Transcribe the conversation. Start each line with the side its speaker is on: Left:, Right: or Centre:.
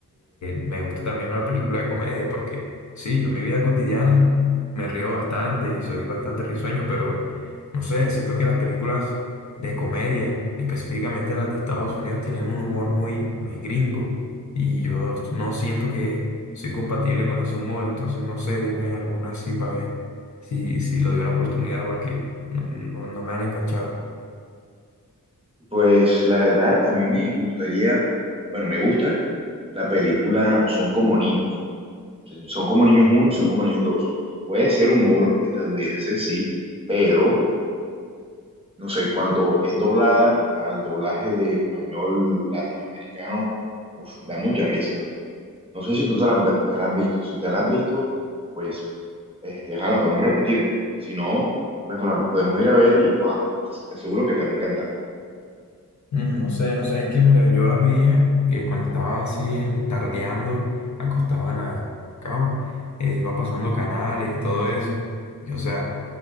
Left: me guste también una película de comedia, porque sí, yo en mi vida cotidiana me río bastante y soy bastante risueño, pero no sé, siento que las películas de comedia, específicamente las de Estados Unidos, tienen un humor muy, muy gringo y yo no siento que soy compatible con ese humor, entonces no sé, dime alguna así para ver si, si lo doy una oportunidad porque no, no, no me han enganchado.
Right: Pues la verdad, a mí me gustaría, bueno, me gusta la película Son como niños. Son como niños uno y son como niños dos. Puede ser humor estadounidense, sí, pero no sé, cuando es doblada al doblaje de español latinoamericano, uf, da mucha risa. la verdad. No sé si tú te la, has ve- te la has visto. Si te la has visto, pues, este, ja, la podemos repetir. Si no, pues nos la podemos ir a ver y ja, te te aseguro que te va a encantar.
Left: Mm, No sé, no sé, es que mira, yo las veía eh, cuando estaba así en- tardeando, acostado en la cama, eh, iba pasando canales y todo eso. Y o sea,